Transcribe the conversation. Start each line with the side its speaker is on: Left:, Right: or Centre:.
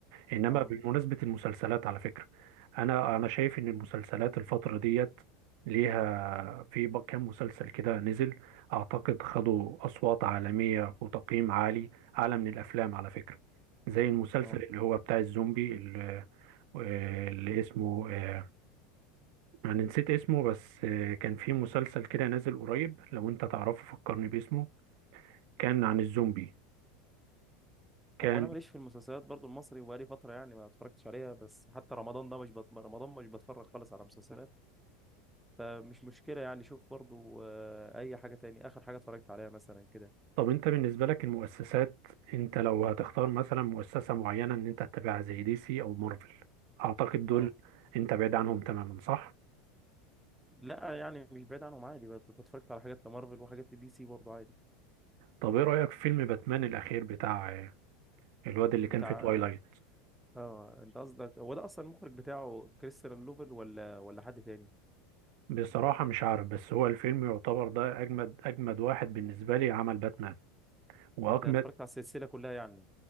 Right: إنما
Centre: اه
Right: بمناسبة المسلسلات على فكرة أنا أنا شايف إن المسلسلات الفترة ديت ليها في ب- كام مسلسل كده نزل أعتقد خدوا أصوات عالمية وتقييم عالي أعلى من الأفلام على فكرة زي المسلسل
Centre: اه
Right: اللي هو بتاع الزومبي اللي, اللي اسمه آه، انا نسيت اسمه بس آه، كان في مسلسل كده نازل قريب لو انت تعرفه فكرني باسمه كان عن الزومبي كان
Centre: هو انا ماليش في المسلسلات برضو المصري وبقالي فتره يعني ما اتفرجتش عليها بس حتى رمضان ده مش بت... رمضان مش بتفرج خالص على مسلسلات فمش مشكله يعني شوف برضو آه، اي حاجه تاني اخر حاجه اتفرجت عليها مثلا كده
Right: طب انت بالنسبة لك المؤسسات انت لو هتختار مثلا مؤسسة معينة ان انت تتابعها زي دي سي او مارفل اعتقد دول
Centre: اه
Right: انت بعيد عنهم تماما صح
Centre: لا يعني مش بعيد عنهم عادي بت- بتفرجت على حاجات لمارفل وحاجات لدي سي برضه عادي
Right: طب ايه رأيك في فيلم باتمان الاخير بتاع آه، الواد اللي
Centre: بتاع
Right: كان في توايلايت
Centre: اه انت قصدك هو ده اصلا المخرج بتاعه كريستيان لوفل ولا ولا حد تاني
Right: بصراحة مش عارف بس هو الفيلم يعتبر ده اجمد اجمد واحد بالنسبة لي عمل باتمان واجمد
Centre: انت اتفرجت على السلسله كلها يعني